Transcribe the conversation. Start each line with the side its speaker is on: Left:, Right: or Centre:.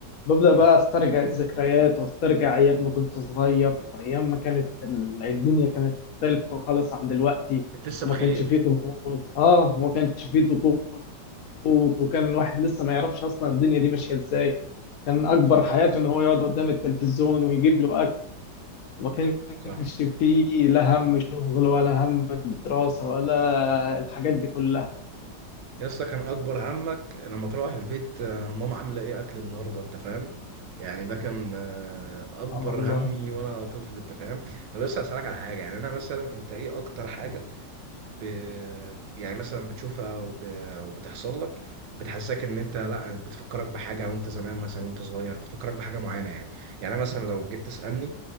Left: ببدا
Right: اه
Left: بقى استرجع الذكريات واسترجع ايام ما كنت صغير ايام ما كانت ال- الدنيا كانت مختلفه خالص عن دلوقتي
Right: انت لسه
Left: وما
Right: بخير
Left: كانش فيه ضغوط اه وما كانش فيه ضغوط وكان الواحد لسه ما يعرفش اصلا الدنيا دي ماشيه ازاي كان اكبر
Right: صح
Left: حياته ان هو يقعد قدام التلفزيون ويجيب له اكل وما كانش
Right: صح
Left: فيه لا هم شغل ولا هم دراسه ولا الحاجات دي كلها
Right: يا اسطى كان اكبر همك لما تروح البيت آه، ماما عامله ايه اكل النهارده انت فاهم يعني ده كان آه، اكبر
Left: آه والله
Right: همي وانا طفل انت فاهم طب بس اسالك على حاجه يعني انا مثلا انت ايه اكتر حاجه ب... يعني مثلا بتشوفها وب... وبتحصل لك بتحسسك ان انت لا بتفكرك بحاجه وانت زمان مثلا وانت صغير بتفكرك بحاجه معينه يعني يعني أنا مثلا لو جيت تسالني